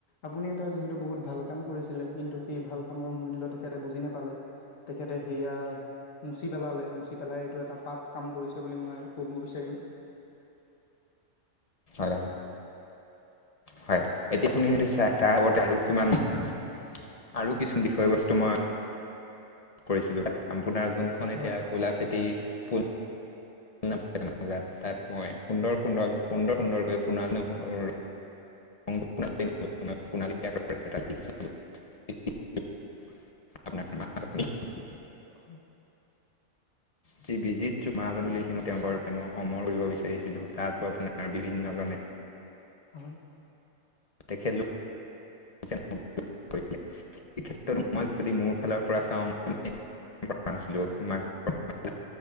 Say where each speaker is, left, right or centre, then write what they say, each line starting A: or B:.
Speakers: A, on the left; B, on the left.
A: আপুনি এটা যিহেতু বহুত ভাল কাম কৰিছিলে, কিন্তু সেই ভাল কামৰ মূল্য তেখেত তে বুজি নাপালে। তেখেতে সেয়া মুচি পেলালে। মুচি পেলাই এইটো এটা পাপ কাম কৰিছে বুলি মই ক'ব বিচাৰিম।
B: হয়। হয়। এইখিনি সুধিছা। তাৰ আগতে আৰু কিমান-আৰু কিছুম বিষয়বস্তু মই কৰিছিলোঁ। আপোনাৰ জোনখন এতিয়া
A: হয়
B: ক'লাফেটী পু <unintelligible> তাত মই সুন্দৰ সুন্দৰ সুন্দৰ সুন্দৰকৈ সোণা <unintelligible> <unintelligible> <unintelligible>
A: হয়।
B: যি বিজিত চুমাহাজান বুলি লিখিম- তেওঁলোকৰ প্ৰেমক অমৰ কৰিব বিচাৰিছিলোঁ। তাতো আপোনাৰ বিভিন্ন জনে <unintelligible>
A: হয়।
B: তেখেত লো কে <unintelligible> <unintelligible> এই ক্ষেত্ৰত মই যদি মোৰ ফালৰ পৰা চাওঁ <unintelligible> নাছিলো‌ঁ <unintelligible> মাক <unintelligible>